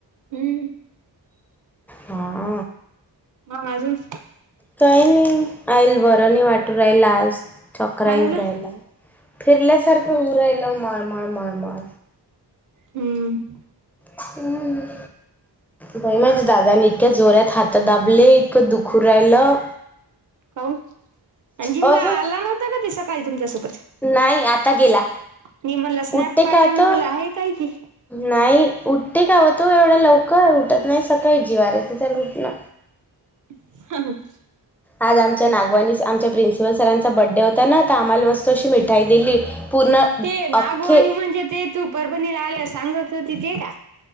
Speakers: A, on the right; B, in the centre.
A: हम्म!
B: हा.
A: मग आजुन.
B: काही नाही आईल बरनाही वाटू राहिला आज छक्र
A: काय
B: येऊ
A: झालं
B: राहायला. फिरल्यासारखं होऊन राहिलं मळमळ मळमळ.
A: हम्म!
B: हम्म बाई माझ्या दादाने इतक्या जोऱ्यात हात दाबले, इतकं दुखू राहिलं.
A: काऊन? आणि जिमला
B: असंच
A: आला नव्हता का ते सकाळी तुमच्यासोबत?
B: नाही आता गेला.
A: मी म्हणला स्नॅप
B: उठते
A: पाहिला,
B: का आता?
A: मी म्हणलं आहे काय कि?
B: नाही, उठते कावं तू एवढ्या लवकर, उठत नाही सकाळी, जीवावर येते त्याला उठणं.
A: <unintelligible>
B: आज आमच्या नागवानी स आमच्या प्रिन्सिपल सरांचा बड्डे होता ना, तर आम्हाला मस्त अशी मिठाई दिली. पूर्ण
A: ते नागवाणी
B: अख्खे
A: म्हणजे ते तू परभणीला आल्यास सांगत होती ते का?